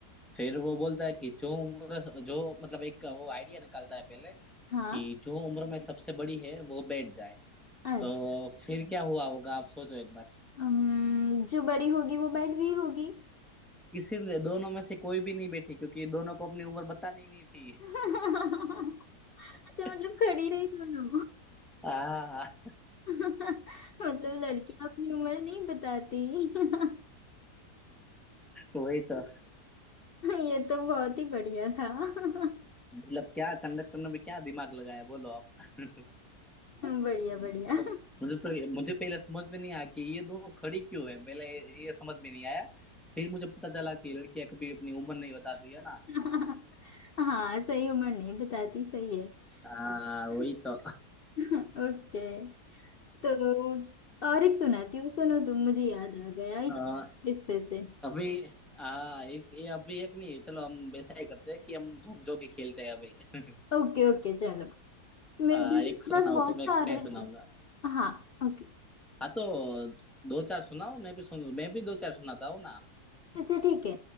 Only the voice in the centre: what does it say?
फिर वो बोलता है कि जो उम्र जो मतलब एक वो आइडिया निकालता है पहले
कि जो उम्र में सबसे बड़ी है वो बैठ जाए
तो फिर क्या हुआ होगा आप सोचो एक बार
किसी ने दोनों में से कोई भी नहीं बैठी क्योंकि दोनों को अपनी उम्र बतानी नहीं थी
<laughs>
हाँ
वही तो
मतलब क्या कंडक्टर ने भी क्या दिमाग लगाया बोलो आप <laughs>
मतलब
मुझे तो मुझे पहले समझ में नहीं आया कि ये दोनों खड़ी क्यों है पहले ये समझ में नहीं आया फिर मुझे पता चला कि लड़कियां कभी अपनी उम्र नहीं बताती है ना
हाँ
वही तो
हाँ,
अभी हाँ एक ये अभी एक नहीं है चलो हम वैसा ही करते हैं कि हम जोक जोक ही खेलते हैं अभी <laughs>
हाँ,
एक सुनाओ
तुम एक
मैं सुनाऊंगा
हाँ तो दो चार सुनाओ मैं भी सुन मैं भी दो चार सुनाता हूँ ना